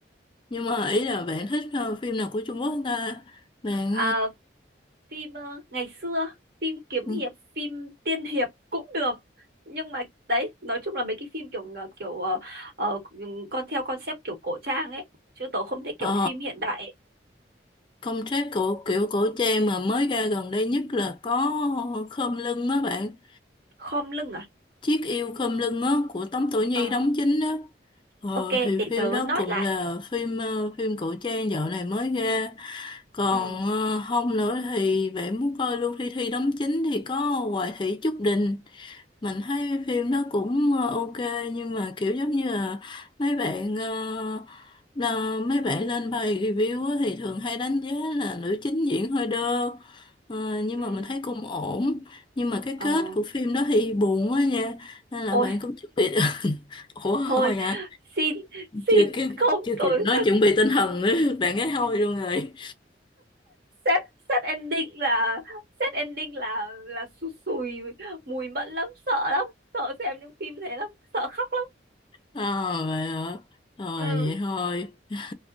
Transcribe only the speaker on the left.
nhưng mà ý là bạn thích ờ, phim nào của Trung Quốc ta bạn
ờ,
ờ,
concept của kiểu cổ trang mà mới ra gần đây nhất là có Khom Lưng á bạn
Chiếc yêu khom lưng á của Tống Tổ Nhi
đóng chính đó ờ,
thì phim
đó
cũng
là phim ờ, phim cổ trang dạo này mới ra còn
ờ, không nữa thì bạn muốn coi Lưu Thi Thi đóng chính thì có Hoài Thị Trúc Đình mình thấy phim đó cũng ờ, ok nhưng mà kiểu giống như là mấy bạn ờ, là mấy bạn lên bài review á thì thường hay đánh giá là nữ chính diễn hơi đơ Ờ, nhưng
mà mình thấy cũng ổn nhưng mà cái
kết của phim đó thì buồn quá nha nên là
bạn cũng chuẩn bị <laughs> ủa
thôi hả
chưa kịp
chưa
kịp nói chuẩn bị tinh thần nữa <laughs> bạn ấy thôi luôn rồi
ờ vậy hả ờ
vậy thôi <laughs>